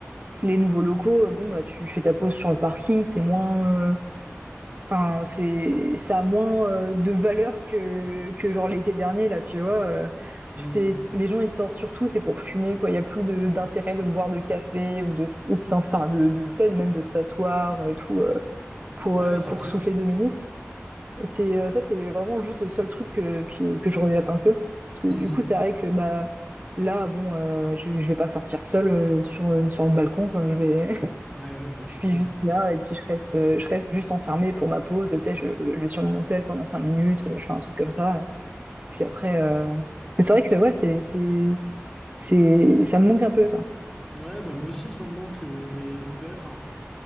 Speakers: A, on the right; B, in the centre.
A: les nouveaux locaux, euh, bon, bah, tu fais ta pause sur le parking, c'est moins... euh, Enfin, c'est, ça a moins euh, de valeur que, que genre l'été dernier, là, tu vois. euh,
B: Mhm.
A: c'est, les gens, ils sortent surtout, c'est pour fumer, quoi. Il n'y a plus de, d'intérêt de boire de café ou de, s- ou de s'ins- enfin, de, de peut-être même de s'asseoir et tout, euh, pour,
B: Ouais,
A: euh,
B: c'est
A: pour
B: clair.
A: souffler deux minutes. C'est, euh, ça, c'est vraiment juste le seul truc que, que, que je regrette un peu. Parce que
B: Mhm.
A: du coup, c'est vrai que, bah, là, bon, euh, je, je vais pas sortir seule euh, sur, euh, sur le balcon, quoi. Je vais,
B: Ouais, ouais, bah, tu
A: je suis
B: m'étonnes.
A: juste là et puis je reste, euh, je reste juste enfermée pour ma pause. Tu sais, je, je suis sur mon tel pendant 5 minutes, je fais un truc comme ça. Puis après, euh, mais c'est vrai que ouais, c'est, c'est, c'est, ça me manque un peu ça.
B: Ouais, bah moi aussi ça me manque, euh, mais mine de rien, enfin,